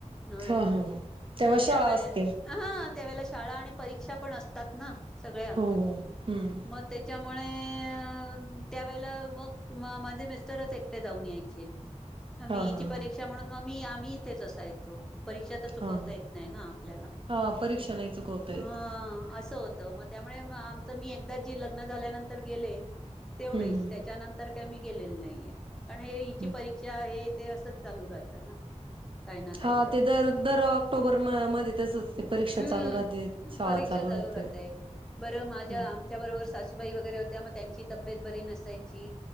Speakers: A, in the centre; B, on the right.
A: न्हे
B: हा हा तेव्हा
A: मग त्यावेळे
B: शाळा असते
A: हा त्यावेळेला शाळा आणि परीक्षा पण असतात ना. सगळ्या
B: हो हो हम्म
A: मग त्याच्यामुळे त्यावेळेला मग माझे मिस्टरच एकटे जाऊन यायचे मी
B: हा
A: हिची
B: हा हा
A: परीक्षा म्हणून मग मी मी इथेच अ जायचो. परीक्षा तर चुकवता
B: हा.
A: येत नाही ना आपल्याला
B: हा परीक्षा नाही चुकवता
A: अ
B: येत.
A: असं होत. मग त्यामुळे आमचं मी एकदा जे लग्न झाल्यानंतर गेले. तेवढीच
B: हम्म
A: त्याच्यानंतर कमी गेलेली नाहीये. कारण हे हिची
B: हम्म.
A: परीक्षा आहेत. ते असंच चालू राहतं ना काही ना काहीतरी,
B: हा ते दर दर ऑक्टोबर म मध्ये तसच ते परीक्षा
A: हम्म
B: चालू राहते. शाळा
A: परीक्षा चालू
B: राहते.
A: राहतय बरं माझ्या
B: हम्म
A: आमच्या बरोबर सासूबाई वगैरे होत्या मग त्यांची तब्येत बरी नसायची